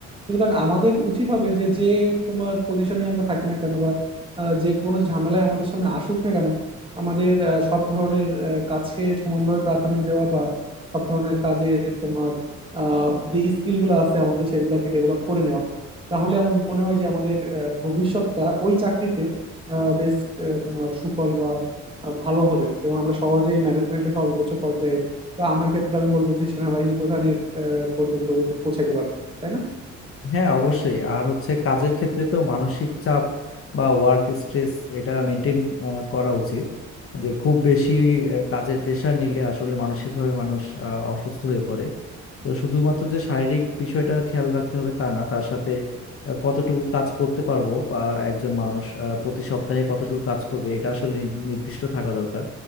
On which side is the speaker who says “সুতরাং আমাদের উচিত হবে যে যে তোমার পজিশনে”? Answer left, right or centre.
Right